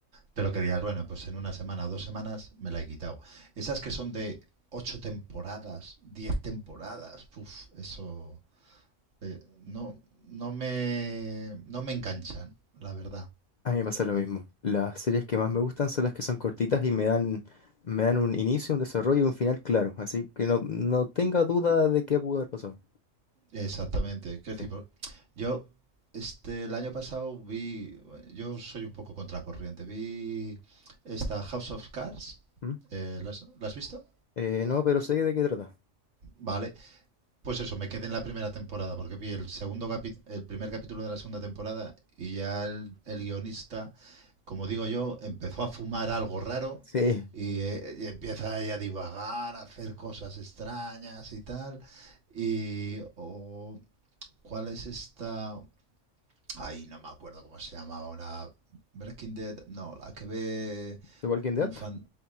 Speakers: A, on the right; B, on the left.
A: pero que digas, bueno, pues en una semana o dos semanas me la he quitado. Esas que son de ocho temporadas, diez temporadas, puf, eso eh, no, no me, no me enganchan, la verdad.
B: A mí me pasa lo mismo. Las series que más me gustan son las que son cortitas y me dan, me dan un inicio, un desarrollo y un final claro. Así que no, no tenga duda de qué pudo haber pasado.
A: Exactamente. Quiero
B: Sí.
A: decir, por- yo este el año pasado vi, yo soy un poco contracorriente, vi esta House of Cards.
B: ¿Mm?
A: eh, ¿la has, la has visto?
B: Eh, no, pero sé de qué trata.
A: Vale. Pues eso, me quedé en la primera temporada porque vi el segundo capi- el primer capítulo de la segunda temporada y ya el, el guionista, como digo yo, empezó a fumar algo raro
B: Sí.
A: y, eh, y empieza ella a divagar, a hacer cosas extrañas y tal. Y o- ¿Cuál es esta? Ay, no me acuerdo cómo se llamaba. Una Breaking Dead, no, la que ve
B: ¿De Walking
A: un
B: Dead?
A: fan.